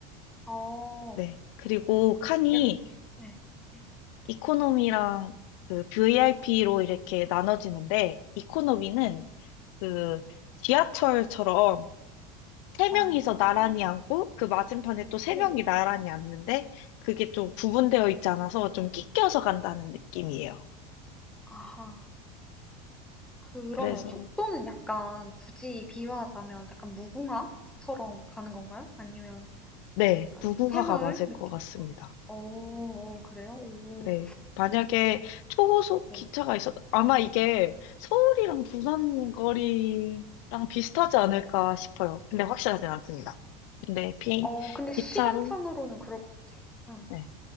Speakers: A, in the centre; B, on the left.
A: 어.
B: 네. 그리고 칸이
A: 약 네. 네.
B: 이코노미랑 그 VIP로 이렇게 나눠지는데, 이코노미는
A: 네.
B: 그 지하철처럼 세
A: 어.
B: 명이서 나란히 앉고, 그 맞은편에 또 세
A: 네.
B: 명이 나란히 앉는데, 그게 좀 구분되어
A: 어.
B: 있지 않아서 좀 낑겨서 간다는 느낌이에요.
A: 아하. 그러면
B: 그래서,
A: 속도는 약간 굳이 비유하자면 약간 무궁화처럼 가는 건가요? 아니면
B: 네,
A: 약간
B: 무궁화가
A: 새마을
B: 맞을
A: 느낌?
B: 것 같습니다.
A: 어. 어, 어, 그래요? 오.
B: 네. 만약에 초고속
A: 네.
B: 기차가 있었, 아마 이게 서울이랑 부산 거리랑 비슷하지 않을까 싶어요. 근데 확실하진 않습니다. 근데 비,
A: 어, 근데 시간상으로는
B: 기차로,
A: 그럴 것 같아요. 응.
B: 네.